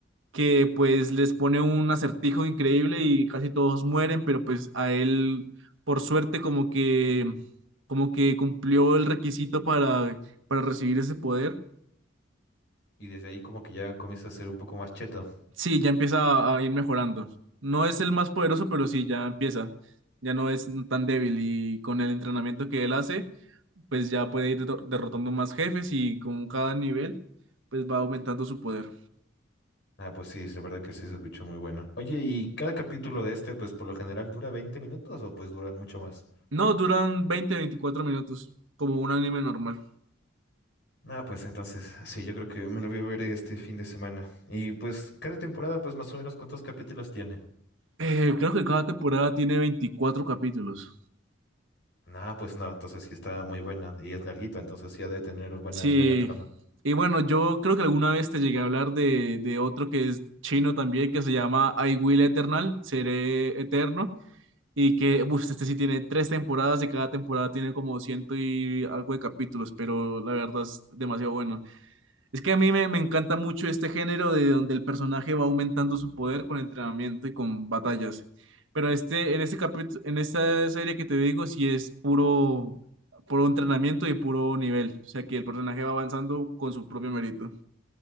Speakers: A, on the right (about 80°); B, on the left (about 60°).
A: que pues les pone un acertijo increíble y casi todos mueren, pero pues a él por suerte como que como que cumplió el requisito para para recibir ese poder
B: Y desde ahí como que ya comienza a ser un poco más cheto.
A: Sí, ya empieza a ir mejorando. No es el más poderoso, pero sí, ya empieza. Ya no es tan débil y con el entrenamiento que él hace, pues ya puede ir derro- derrotando más jefes y con cada nivel, pues va aumentando su poder.
B: Ah, pues sí, es verdad que sí se escuchó muy bueno. Oye, ¿y cada capítulo de este pues por lo general dura 20 minutos o pues duran mucho más?
A: No, duran 20 24 minutos, como un anime normal.
B: Ah, pues entonces, sí, yo creo que me lo voy a ver este fin de semana. Y pues cada temporada pues más o menos ¿cuántos capítulos tiene?
A: Eh, creo que cada temporada tiene 24 capítulos.
B: Ah, pues no, entonces sí está muy buena y es larguito, entonces sí ha de tener buena,
A: Sí.
B: buena trama.
A: Y bueno, yo creo que alguna vez te llegué a hablar de, de otro que es chino también, que se llama I Will Eternal, Seré Eterno Y que, uff, este sí tiene tres temporadas y cada temporada tiene como ciento y algo de capítulos, pero la verdad es demasiado bueno. Es que a mí me, me encanta mucho este género de donde el personaje va aumentando su poder con entrenamiento y con batallas. Pero este, en este capítulo, en esta serie que te digo, sí es puro, puro entrenamiento y puro nivel. O sea que el personaje va avanzando con su propio mérito.